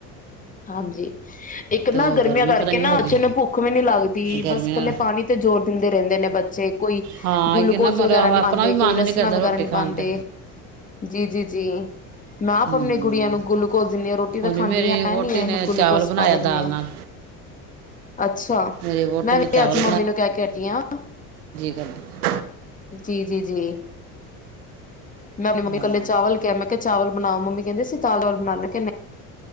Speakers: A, on the left (about 20°); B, on the right (about 80°).
A: ਹਾਂਜੀ, ਇੱਕ ਨਾ
B: ਤੇ ਉਹ
A: ਗਰਮੀਆਂ
B: ਗਰਮੀ
A: ਕਰਕੇ
B: ਪਤਾ ਨਹੀਂ
A: ਨਾ
B: ਹੋ
A: ਬੱਚੇ
B: ਗਈ
A: ਨੂੰ ਭੁੱਖ ਵੀ ਨੀ ਲਾਗਦੀ
B: ਗਰਮੀ
A: ਬਸ
B: ਨਾਲ
A: ਕੱਲੇ ਪਾਣੀ ਤੇ ਜ਼ੋਰ ਦਿੰਦੇ ਰੈੰਦੇ ਨੇ ਬੱਚੇ ਕੋਈ
B: ਹਾਂ
A: ਗੁਲੂਕੋਜ
B: ਇਹ ਨਾ ਮਰ-
A: ਵਗੈਰਾ ਨੀ
B: ਆਪਣਾ
A: ਪਾਂਦੇ
B: ਵੀ
A: ਕੋਈ
B: ਮਨ
A: ਰਸਣਾ
B: ਨਹੀਂ ਕਰਦਾ
A: ਵਗੈਰਾ
B: ਰੋਟੀ
A: ਨ੍ਹੀਂ
B: ਖਾਣ
A: ਪਾਂਦੇ,
B: ਤੇ
A: ਜੀ ਜੀ ਜੀ, ਮੈਂ ਆਪ
B: ਹੂੰ
A: ਅਪਣੀ ਗੁੜੀਆਂ ਨੂੰ ਗੁਲੂਕੋਜ ਦਿੰਨੀ ਆਂ, ਰੋਟੀ ਤਾਂ
B: ਉਹਨੇ
A: ਖਾਂਦੀ
B: ਮੇਰੀ
A: ਹੈ। ਹੈਂ
B: ਵੋਟੀ
A: ਨੀ ਐਨੂੰ
B: ਨੇ
A: ਗੁਲੂਕੋਜ
B: ਚਾਵਲ ਬਣਾਇਆ
A: ਪਾ ਦਿਣੇ
B: ਦਾਲ
A: ਆਂ।
B: ਨਾਲ
A: ਅੱਛਾ,
B: ਮੇਰੀ ਵੋਟੀ
A: ਮੈਂ
B: ਨੇ
A: ਵੀ
B: ਚਾਵਲ
A: ਅੱਜ ਮੰਮੀ ਨੂੰ ਕੈ ਕੇ ਹਟੀ ਆ
B: ਗਰ <inaudible>
A: ਜੀ ਜੀ ਜੀ। ਮੈਂ ਆਪਣੀ ਮੰਮੀ
B: ਹਾਂ
A: ਕੱਲੇ ਚਾਵਲ ਕਿਐ ਮੈਂ ਚਾਵਲ ਬਣਾਓ ਮੰਮੀ ਕੈੰਦੇ ਸੀ ਦਾਲ ਦਾਲ ਬਣਾ ਲੈ ਮੈਂ ਕੇ ਨੲ